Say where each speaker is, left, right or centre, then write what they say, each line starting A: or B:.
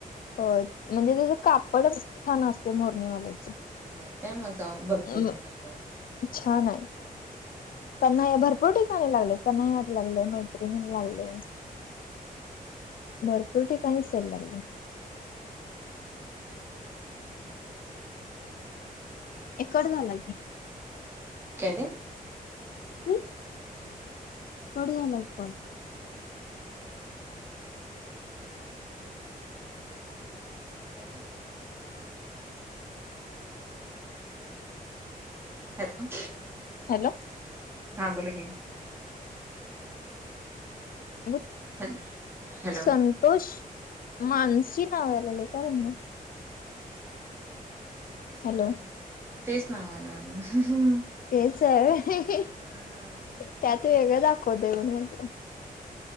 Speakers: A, on the left; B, on the right.
A: हो म्हणजे त्याचं कापडच छान असते मोरणीवाल्याच.
B: होय काय? मग जाऊन बघते
A: अ
B: मी पण जाऊन.
A: छान आहे. कन्हया भरपूर ठिकाणी लागलय कन्हयात लागल मैत्रिणीत लागलय. भरपूर ठिकाणी सेल लागलाय.
B: <inaudible>
A: ए कट झाला की.
B: काय ते?
A: हम्म - कट झाला एक कॉल.
B: हॅलो! हॅलो!
A: हॅलो!
B: हा बोला की.
A: अबग
B: हॅलो हॅलो
A: संतोष मानसी नाव यायलय काय भानगड?
B: तेच
A: हॅलो
B: नाव येतय. तेच नाव आहे माझ.
A: तेच आहे होय.
B: हम्म
A: त्यात वेगळं दाखवतंय म्हणून म्हटलं.